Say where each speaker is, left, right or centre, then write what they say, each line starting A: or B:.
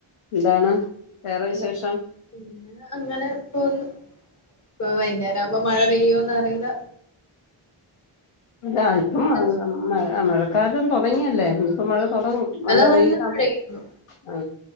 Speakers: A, on the left; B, on the left.
A: എന്താണ് വേറെ
B: എന്താ
A: വിശേഷം
B: പിന്നെ അങ്ങനെ പോവ്ന്ന് ഇപ്പൊ വൈന്നേരാവുമ്പം മഴ പെയ്യോന്ന് അറീല്ല
A: ഇല്ല ഇപ്പം മഴ
B: ശരി.
A: മഴ മഴ <unintelligible> തൊടങ്ങിയല്ലേ ഇനിപ്പോ മഴ
B: ഉം
A: തൊടങ്ങും
B: ഇന്നലെ
A: മഴ
B: നല്ല
A: വൈയിട്ടമ്പം
B: മഴയായിരുന്നു
A: ആ